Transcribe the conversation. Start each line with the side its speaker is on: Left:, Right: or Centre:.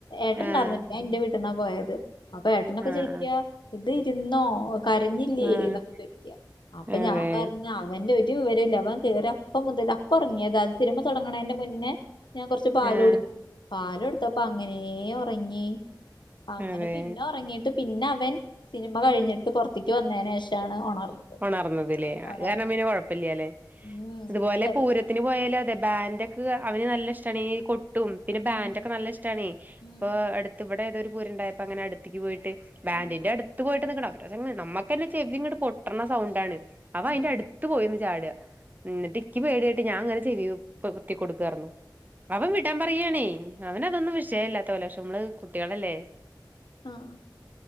Left: ഏട്ടനുണ്ടായിരുന്നില്ല
Right: ആഹ്
Left: ഞാൻ എന്റെ വീട് ട്ട്ന്നാ പോയത്. അപ്പൊ ഏട്ടനൊക്കെ
Right: ആഹ്
Left: ചോയിക്ക ഇത് ഇരുന്നോ? കരഞ്ഞില്ലേ
Right: ആഹ്
Left: എന്നൊക്കെ ചോയിക്ക അപ്പൊ
Right: ആഹ്
Left: ഞാൻ
Right: അതെ
Left: പറഞ്ഞ് അവന്റെ ഒരു വിവരോം ഇല്ല അവൻ കേറിയ അപ്പം മുതൽ അപ്പ ഇറങ്ങിയത അത് സിനിമ തുടങ്ങണേന്റെ മുന്നേ ഞാൻ കൊറച്ച് പാല്
Right: ആഹ്
Left: കൊടുത്ത് പാല് കൊടുത്തപ്പ അങ്ങനെ ഉറങ്ങി അങ്ങനെ
Right: അതെ
Left: പിന്നെ ഉറങ്ങീട്ട് പിന്നെ അവൻ സിനിമ കഴിഞ്ഞിട്ട് പുറത്തക്ക് വന്നേന് ശേഷാണ് ഉണർന്നത്
Right: ഉണർന്നത് ലേ അത്
Left: ഉണർന്നത്
Right: കാരണം പിന്നെ കുഴപ്പ്യല്ല ലേ?
Left: ഉം
Right: ഇത്
Left: സുഖായി
Right: പോലെ പൂരത് ത്തിന് പോയാലോ അതെ ബാൻഡക്ക് അവന് നല്ല ഇഷ്ട്ടാണീ കൊട്ടും പിന്നെ ബാന്റൊക്കെ
Left: ഉം
Right: നല്ല ഇഷ്ടാണെ
Left: ഉം
Right: ഇപ്പൊ അടുത്ത് ഇവിടെ ഏതോരു പൂരുണ്ടായപ്പോ അങ്ങനെ അടുത്തക്ക് പോയിട്ട് ബാന്റിന്റെ
Left: ഉം
Right: അടുത്ത് പോയിട്ട് നിക്കണം. <unintelligible> നമ്മക്കന്നെ ചെവി ഇങ്ങട് പൊട്ടണ സൗണ്ടാണ്. അവ
Left: ഉം
Right: അയിന്റട് ത്ത് പോയിര്ന്ന് ചാടാ എന്നിട്ടക്കി പേടിയായിട്ട് ഞാൻ അങ്ങനെ ചെവിക്കെ പൊത്തി കൊടുക്കായിര്ന്നു. അവൻ വിടാൻ പറയാണേ അവനതൊന്നും വിഷയില്ലാത്ത പോലെ പക്ഷെ നമ്മളത് കുട്ട്യേളല്ലേ
Left: ആഹ്